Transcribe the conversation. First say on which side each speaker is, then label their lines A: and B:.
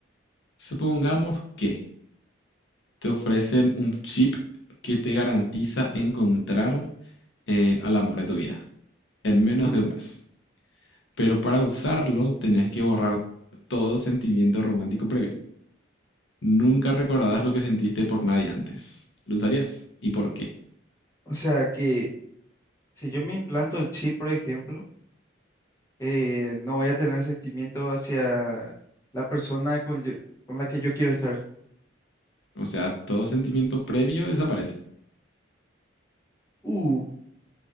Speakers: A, on the left; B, on the left.
A: Supongamos que te ofrecen un chip que te garantiza encontrar eh, al amor de tu vida en menos
B: Mm.
A: de un mes. Pero para usarlo tenés que borrar todo sentimiento romántico previo. Nunca recordarás lo que sentiste por nadie antes. ¿Lo usarías? ¿Y por qué?
B: O sea que si yo me implanto el chip, por ejemplo, eh, no voy a tener sentimiento hacia la persona con, yo- con la que yo quiero estar.
A: O sea, todo sentimiento previo desaparece.
B: Uh,